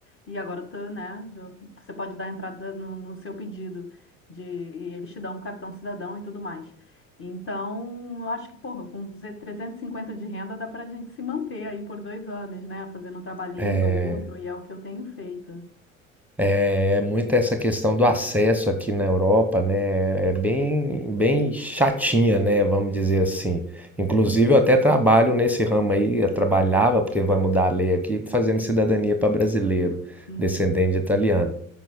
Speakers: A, on the left; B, in the centre.
A: e agora eu tô, né, eu- você pode dar entrada no, no seu pedido de, e eles te dão um cartão cidadão e tudo mais. Então, eu acho que, porra, com 350 de renda dá pra gente se manter aí por dois anos, né? Fazendo um trabalhinho
B: é,
A: ou outro, e é o que eu tenho feito.
B: É muito essa questão do acesso aqui na Europa, né? É bem, bem chatinha, né? Vamos dizer assim. Inclusive, eu até trabalho nesse ramo aí, eu trabalhava, porque vai mudar a lei aqui, fazendo cidadania para brasileiro,
A: Uhum.
B: descendente de italiano.